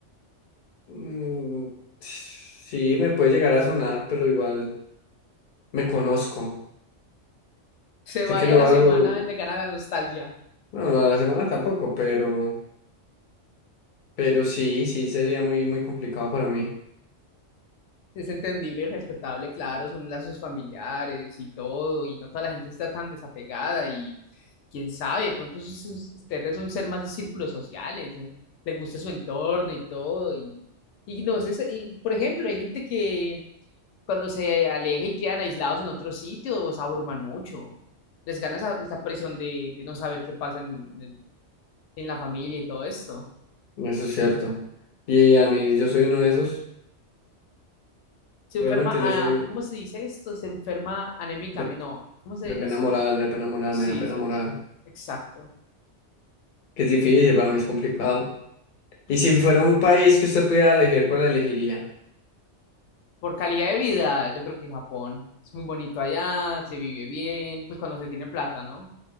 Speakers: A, on the left (about 50°); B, on the left (about 75°).
A: Mm, sí, me puede llegar a sonar, pero igual me conozco.
B: Se
A: Sé
B: vaya
A: que lo
B: la
A: hago,
B: semana, le gana la nostalgia.
A: bueno, no a la semana tampoco, pero, pero sí, sí, sería muy, muy complicado para mí.
B: Es entendible y respetable, claro, son lazos familiares y todo, y no toda la gente está tan desapegada y quién sabe, de pronto sus- sus- usted es un ser más de círculos sociales, le gusta su entorno y todo, y, y no sé, se- y, por ejemplo, hay gente que cuando se aleja y quedan aislados en otros sitios, abruman mucho. Les gana esa, esa presión de, de no saber qué pasa en, en el- en la familia y todo esto.
A: Eso es cierto. Y a mí, yo soy uno de esos.
B: Se enferma,
A: Realmente
B: ah,
A: yo soy
B: ¿cómo se dice esto? Se enferma anémicamente,
A: de,
B: no, ¿cómo se
A: de
B: dice?
A: pena moral, de pena moral,
B: Sí,
A: me da pena
B: sas.
A: moral.
B: Exacto.
A: Que es difícil, para mí es complicado. Y si fuera un país que usted pudiera elegir, ¿cuál elegiría?
B: Por calidad de vida, yo creo que Japón es muy bonito allá, se vive bien, pues cuando se tiene plata, ¿no?